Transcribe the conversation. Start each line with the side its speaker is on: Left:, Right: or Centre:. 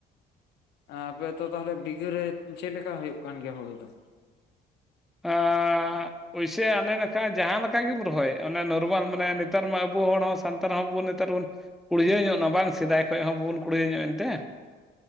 Left: ᱟᱯᱮᱛᱚ ᱛᱟᱦᱚᱞᱮ ᱵᱤᱜᱷᱟᱹᱨᱮ ᱪᱮᱫ ᱞᱮᱠᱟ ᱦᱩᱭᱩᱜ ᱠᱟᱱ ᱜᱮᱭᱟ ᱦᱩᱲᱩ ᱫᱚ
Centre: ᱮᱸᱻᱜ ᱾ ᱯᱚᱭᱥᱟᱹ ᱟᱞᱮ ᱱᱟᱠᱷᱟᱱ ᱡᱟᱦᱟᱸ ᱞᱮᱠᱟ ᱜᱮᱢ ᱨᱚᱦᱚᱭ ᱚᱱᱮ ᱱᱚᱨᱢᱟᱞ ᱢᱟᱱᱮ ᱱᱮᱛᱟᱨ ᱢᱟ ᱟᱵᱚ ᱦᱚᱲ ᱦᱚᱸ ᱥᱟᱱᱛᱟᱲ ᱦᱚᱸᱵᱚᱱ ᱱᱮᱛᱟᱨ ᱵᱚᱱ ᱠᱩᱲᱦᱟᱹᱭ ᱧᱚᱜ ᱱᱟ ᱵᱟᱝ ᱥᱮᱫᱟᱭ ᱠᱷᱚᱱ ᱦᱚᱸ ᱵᱟᱵᱚᱱ ᱠᱩᱲᱦᱟᱹ ᱧᱚᱜᱼᱟ ᱮᱱᱛᱮ